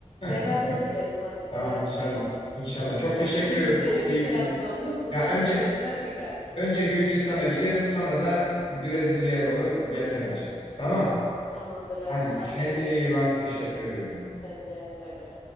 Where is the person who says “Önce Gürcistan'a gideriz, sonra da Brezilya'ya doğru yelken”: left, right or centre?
Left